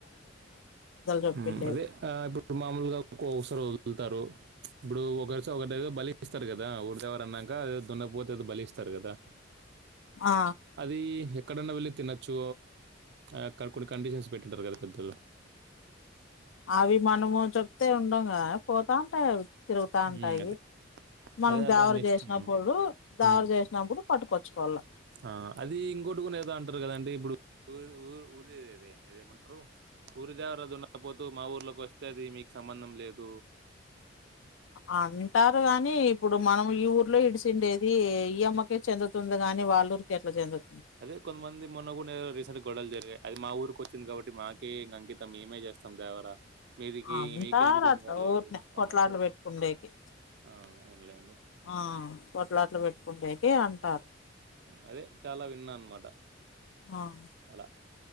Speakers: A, on the left; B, on the right.
A: చెప్పిండేది
B: ఉ అదే ఆ ఇప్పుడు మామూలుగా ఒక్కొసారి వదులుతారు. ఇప్పుడు ఒకరిస ఒకటి బలికి ఇస్తారు కదా ఊరి దేవర అన్నా గ అదేదో దున్నపోత ఏదో బలిస్తారు కదా
A: ఆ
B: అది ఎక్కడన్నా వెళ్ళి తినొచ్చు అక్కడ కొన్ని కండిషన్స్ పెట్టింటారు కదా పెద్దలు.
A: అవి మనము చెప్తే ఉండంగా పోతా ఉంటాయి అవి తిరుగుతా ఉంటాయి.
B: ఉమ్, అదే
A: మనం
B: అదే
A: దేవర
B: దాని ఇష్టం
A: చేసినప్పుడు
B: అనమాట
A: దావర
B: ఉమ్,
A: చేసినప్పుడు పట్టుకొచ్చుకోవాల.
B: ఆ అది ఇంకోటికునే ఏదో అంటారు కదండి ఇప్పుడు ఊఊ ఊరి ఇదేమంటరు ఊరు దేవర దున్నపోతు మా ఊర్లోకి వస్తే అది మి క్ సంబంధం లేదు.
A: ఆ అంటారు గాని ఇప్పుడు మనం ఈ ఊర్లో ఇడిసిండేది, ఈ అమ్మకే చెందుతుంది గాని వాళ్ళూరికి ఎట్ల చెందు
B: అదే కొంతమంది మొన్న గూన రీసెంట్ గొడలు జరిగా. అది మా ఊరికి వచ్చంది కాబట్టి మాకే ఇంక అంకితం, మేమే జ స్తం దావర మీదికి
A: అంటారు
B: మీకెందుకు ఏం
A: అట్లా
B: కర్లేదు
A: ఊరినే కొట్లాట్లు
B: అన్నట్టు,
A: పెట్టుకుండేకి
B: ఆ అవున్లెండి.
A: ఆ కొట్లాటలు పెట్టుకుండేకి అంటారు.
B: అదే చాలా విన్నా అన్మాట
A: ఆ
B: అలా